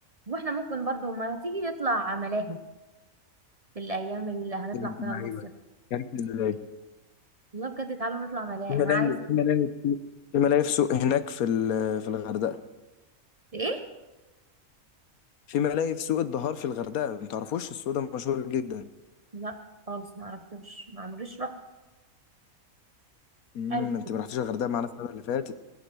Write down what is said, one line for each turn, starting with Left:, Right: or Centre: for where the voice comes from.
Right: وإحنا ممكن برضو ما تيجي نطلع ملاهي في الأيام اللي هنطلع
Left: يا بنت
Right: فيها
Left: اللعيبة
Right: المصيف
Left: عرفت ازاي
Right: والله بجد تعالوا نطلع ملاهي
Left: في ملاهي
Right: أنا عايز
Left: في ملاهي في في ملاهي في سوق هناك في ال- في الغردقة
Right: إيه
Left: في ملاهي في سوق الدهار في الغردقة ما تعرفوش السوق ده مشهور جدا
Right: لا خالص ما عرفتوش ما عمريش رحت
Left: امم
Right: حلو
Left: انت ما رحتيش الغردقة معانا السنة اللي فاتت